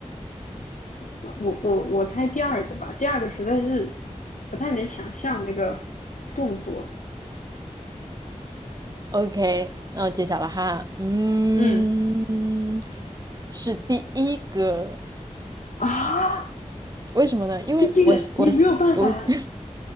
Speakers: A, on the left; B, on the right.
A: 呃我我我猜第二个吧，第二个实在是不太能想象那个动作。
B: ？OK，那我揭晓了哈，嗯，
A: 嗯
B: 是第一个，
A: <laughs> 啊，
B: 为什么呢？因为我我我
A: 第一个你没有办法
B: <laughs>